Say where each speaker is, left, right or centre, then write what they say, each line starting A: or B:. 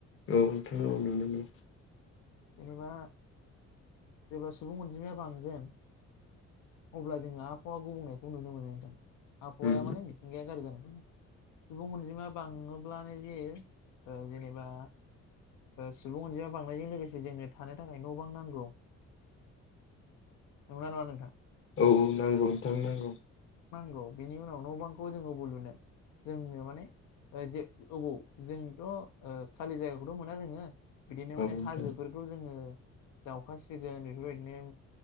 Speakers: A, on the left; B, on the left.
A: औथ' अनानैनो
B: जेनेबा जेबा सुबुं अनजिमाया बांगोन अब्ला जोङो आबहावा गुबुंनायखौ नुनो मोनो नथां आबहावाया
A: उम
B: माने मिथिंगाया गाज्रि जानानै सुबुं अनजिमा बाङोब्लानो जे जेनेबा सुबुं अनजिमा बांनायजों लोगोसे जोंनो थानो थाखाय न' बां नांगौ नंगौ ना नङा नोंथां
A: औ औ नांगौ नोंथांनो नांगौ
B: औ बेनि उनाव न' बांखौ जोङो अबावलुनो जोंनो माने जे अबाव जोंथ' खालि जायगा थ' मोना जोङो बिदिनो
A: औ
B: माने
A: नोंथां
B: हाजोफोरखौ जोङो जावखासिगोन बेफोरबायदिनो